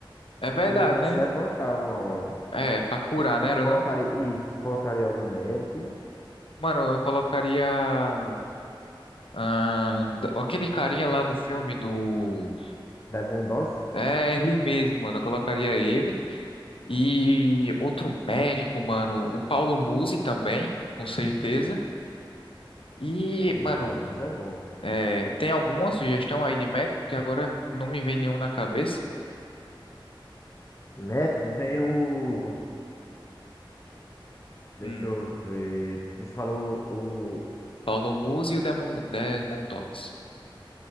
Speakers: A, on the left (about 80°); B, on the left (about 35°).
A: é verdade,
B: poderiam
A: né?
B: se levantar uma hora, né?
A: É, pra curar, né,
B: Você
A: ou
B: colocaria,
A: não?
B: isso, você colocaria algum médico,
A: Mano, eu colocaria Ah, d- aquele carinha lá do filme do.
B: das bondosas?
A: É, ele mesmo, mano. Eu colocaria ele. E outro médico, mano. O Paulo Musi também, com certeza. E,
B: Eita,
A: mano,
B: Paulo Musa é bom.
A: é, tem alguma sugestão aí de médico que agora não me vem nenhum na cabeça?
B: Médico vem o. Deixa
A: Hum,
B: eu ver. Você falou o
A: Paulo Musi e o Demon, Desmond Doss.